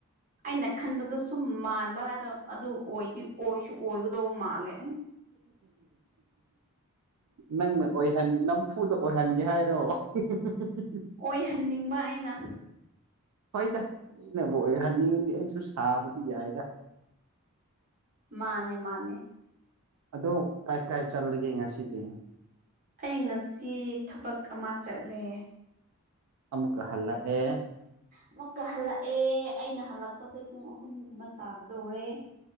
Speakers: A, on the right; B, on the right.
A: ꯑꯩꯅ ꯈꯟꯕꯗꯣ ꯁꯨꯝ ꯃꯥꯟꯕ ꯍꯥꯏꯗ ꯑꯗꯨ ꯑꯣꯏꯗꯤ ꯑꯣꯏꯁꯨ ꯑꯣꯏꯒꯗꯧꯕ ꯃꯥꯜꯂꯦ
B: ꯅꯪꯅ ꯑꯣꯏꯍꯟ ꯅꯝꯐꯨꯗ ꯑꯣꯏꯍꯟꯒꯦ ꯍꯥꯏꯔꯣ <unintelligible>
A: ꯑꯣꯏꯍꯟꯅꯤꯡꯕ ꯑꯩꯅ
B: ꯍꯣꯏꯗ ꯃꯤꯅꯕꯨ ꯑꯣꯏꯍꯟꯅꯤꯡꯉꯗꯤ ꯑꯩꯁꯨ ꯁꯥꯕꯗꯤ ꯌꯥꯏꯗ
A: ꯃꯥꯅꯦ ꯃꯥꯅꯦ
B: ꯑꯗꯣ ꯀꯥꯏ ꯀꯥꯏ ꯆꯠꯂꯤꯒꯦ ꯉꯁꯤꯗꯤ
A: ꯑꯩ ꯉꯁꯤ ꯊꯕꯛ ꯑꯃ ꯆꯠꯂꯦ
B: ꯑꯃꯨꯛꯀ ꯍꯜꯂꯛꯑꯦ
A: ꯑꯃꯨꯛꯀ ꯍꯜꯂꯛꯑꯦ ꯑꯩꯅ ꯍꯜꯂꯛꯄꯁꯦ ꯄꯨꯡ ꯑꯍꯨꯝꯒꯨꯝꯕ ꯇꯥꯒꯗꯧꯔꯦ